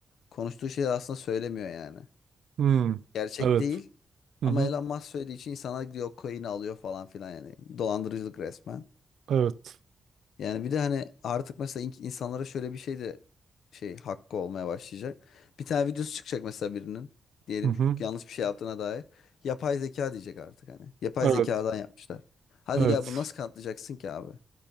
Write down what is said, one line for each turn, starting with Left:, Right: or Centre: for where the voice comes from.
Left: Konuştuğu şeyi aslında söylemiyor yani.
Right: Hı.
Left: Gerçek
Right: Evet.
Left: değil. Ama
Right: Hı hı.
Left: Elon Musk söylediği için insanlar gidiyor coin'i alıyor falan filan yani. Dolandırıcılık resmen.
Right: Evet.
Left: Yani bir de hani artık mesela in- insanlara şöyle bir şey de şey hakkı olmaya başlayacak. Bir tane videosu çıkacak mesela birinin. Diyelim
Right: Hı hı.
Left: yanlış bir şey yaptığına dair. Yapay zeka diyecek artık hani. Yapay
Right: Evet.
Left: zekadan yapmışlar. Hadi
Right: Evet.
Left: gel bunu nasıl kanıtlayacaksın ki abi?